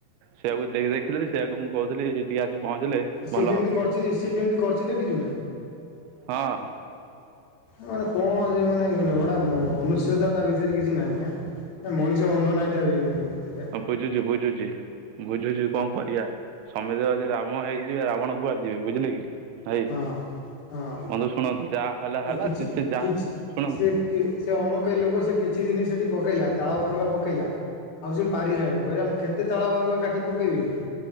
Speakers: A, on the right; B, on the left.
A: ସେଇଆ କୁ ଦେଇ ଦେଖିଥିଲେ ତ ସେଇଆ କୁ ମୁଁ କହୁଥିଲି ଟିକେ ଆସି ପହଞ୍ଚିଲେ
B: ସିଏ
A: ଭଲ
B: କେମତି
A: ହେବ
B: କରିଚି ସିଏ କେମିତି କରିଚି ଦେଖିଛୁ ନା?
A: ହଁ।
B: ମାନେ କଣ ସେ ମାନେ ଗଟା ମନୁଷ୍ୟତା ତା ଭିତରେ କିଛି ନାହିଁ ଆ ମଣିଷ ଗନ୍ଧ ନାହିଁ ତା <unintelligible>
A: ବୁଝୁଛି ବୁଝୁଛି। ବୁଝୁଛୁ କଣ କରିବା ସମେତେ ଯଦି ରାମ ହେଇଯିବେ ରାବଣ କୁଆଡ଼େ ଯିବେ ବୁଝିଲେ କି? ଭାଇ
B: ହଁ ହଁ
A: ବନ୍ଧୁ ଶୁଣନ୍ତୁ ଯାହା ହେଲା
B: ତ
A: ହେଲା
B: କିଛି
A: ସେ ଯା
B: କିଛି
A: ଶୁଣନ୍ତୁ
B: ସେ ସେ ଅମକେଇ ଲୋକ ସେ କିଛି ଦିନି ସେଠି ପକେଇଲା ତାଳ ଭଙ୍ଗା ପକେଇଲା। ଆଉ ସେ ପାରିଲାନି କହିଲା ମୁଁ କେତେ ତାଳ ବାହୁଙ୍ଗା କାଟି ପକେଇବି ଏଠି।